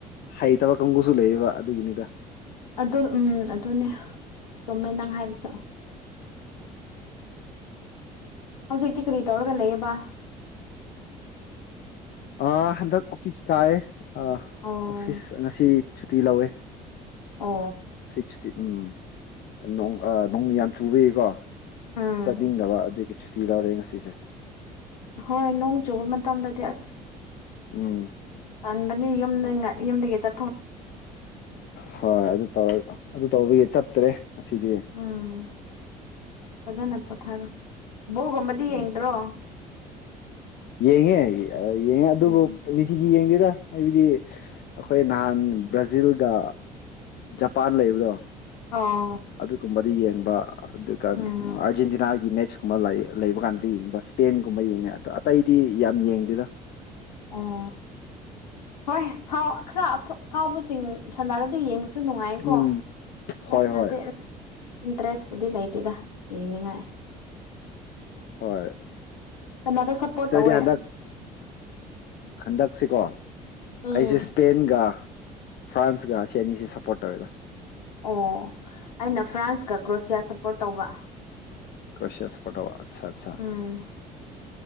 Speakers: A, on the left (about 50°); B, on the left (about 75°).
A: ꯍꯩꯇꯕ ꯀꯥꯡꯕꯨꯨꯁꯨ ꯂꯩꯌꯦꯕ ꯑꯗꯨꯒꯤꯅꯤꯗ
B: ꯑꯗꯨ ꯎꯝ ꯑꯗꯨꯅꯦ ꯆꯣꯃꯦ ꯅꯪ ꯍꯥꯏꯕꯁ <unintelligible> ꯍꯧꯖꯤꯛꯇꯤ ꯀꯔꯤ ꯇꯧꯔꯒ ꯂꯩꯌꯦꯕ
A: ꯑ ꯍꯟꯗꯛ ꯑꯣꯐꯤꯁ ꯀꯥꯏ ꯑꯣꯐꯤꯁ
B: ꯑꯣ
A: ꯉꯁꯤ ꯁꯨꯇꯤ ꯂꯧꯋꯦ
B: ꯑ
A: ꯁꯤ ꯁꯨꯇꯤ ꯎꯝ ꯅꯣꯡꯃ ꯌꯥꯝ ꯆꯨꯕꯀꯣ
B: ꯎꯝ
A: ꯆꯠꯅꯤꯡꯗꯕ ꯑꯗꯨꯒꯤ ꯁꯨꯇꯤ ꯂꯧꯎꯔꯦ ꯉꯁꯤꯁꯦ
B: ꯍꯣꯏ ꯅꯣꯡ ꯆꯨꯕ ꯃꯇꯝꯗꯗꯤ ꯑꯁ
A: ꯎꯝ
B: ꯆꯥꯟꯕꯅꯤ ꯌꯨꯝ ꯌꯨꯝꯗꯒꯤ ꯆ
A: ꯍꯣꯏ ꯑꯗꯨ ꯇꯧꯔꯒ ꯑꯗꯨ ꯇꯧꯕꯒꯤ ꯆꯠꯇ꯭ꯔꯦ ꯑꯁꯤꯁꯤꯗꯤ
B: ꯎꯝ ꯐꯖꯅ ꯄꯣꯊꯥꯔꯣ ꯕꯣꯒꯨꯝꯕꯗꯤ
A: ꯎꯝ
B: ꯌꯦꯡꯗ꯭ꯔꯣ
A: ꯌꯦꯡꯉꯦ ꯌꯦꯡꯉꯦ ꯑꯗꯨꯕꯨ
B: ꯎꯝ
A: ꯂꯤꯊꯤꯒꯤ ꯌꯦꯡꯗꯦꯗ ꯑꯩꯕꯗꯤ ꯑꯩꯈꯣꯏ ꯅꯍꯥꯟ ꯕ꯭ꯔꯥꯖꯤꯜꯒ ꯖꯄꯥꯟ ꯂꯩꯕꯗꯣ
B: ꯑꯣ
A: ꯑꯗꯨꯒꯨꯝꯕꯗꯤ ꯌꯦꯡꯕ ꯑꯗꯨꯒ ꯑꯥꯔꯖꯦꯟꯇꯤꯅꯥꯒꯤ
B: ꯎꯝ
A: ꯃꯦꯠꯆ ꯨ ꯂꯩꯕ ꯀꯥꯟꯗ ꯌꯦꯡꯕ ꯏꯁꯄꯦꯟꯒꯨꯝꯕ ꯌꯦꯡꯉꯦ ꯑꯗꯣ ꯑꯇꯩꯗꯤ ꯌꯥꯝ ꯌꯦꯡꯗꯦꯗ
B: ꯑꯣ ꯍꯣꯏ ꯈꯔ ꯐꯥꯎꯕꯁꯤꯡ ꯁꯟꯗꯥꯔꯗ ꯌꯦꯡꯕ ꯁꯨ ꯅꯨꯡꯉꯥꯏꯀꯣ
A: ꯎꯝ
B: ꯅꯠꯇ꯭ꯔꯗꯤ
A: ꯍꯣꯏ ꯍꯣꯏ
B: ꯑꯁ ꯏꯟꯇꯔꯦꯁꯄꯨꯗꯤ ꯂꯩꯇꯦꯗ ꯌꯦꯡꯅꯤꯡꯉꯥꯏ
A: ꯍꯣꯏ
B: ꯀꯅꯥꯗ ꯁꯞꯄꯣꯔꯠ
A: ꯁꯤꯇꯔꯗꯤ
B: ꯇꯧꯋꯦ
A: ꯍꯟꯗꯛ ꯍꯟꯗꯛ ꯁꯤꯀꯣ
B: ꯎꯝ
A: ꯑꯩꯁꯦ ꯁꯄꯦꯟꯒ ꯐ꯭ꯔꯥꯟꯁꯒ ꯆꯌꯥꯅꯤꯁꯤꯦ ꯁꯄꯣꯔꯠꯧꯋꯦꯗ
B: ꯑꯣ ꯑꯩꯅ ꯐ꯭ꯔꯥꯟꯁꯀ ꯀ꯭ꯔꯣꯁꯤꯌꯥ ꯁꯄꯣꯔꯠ ꯇꯧꯕ
A: ꯀꯁꯤꯌꯥꯁ ꯄꯠꯇꯣ ꯑꯆꯥ ꯑꯆꯥ
B: ꯎꯝ